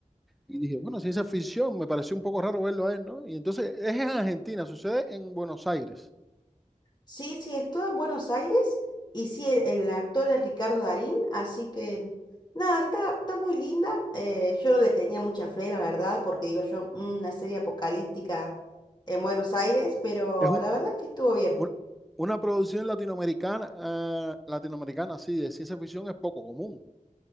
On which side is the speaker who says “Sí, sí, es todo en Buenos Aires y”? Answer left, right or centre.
Left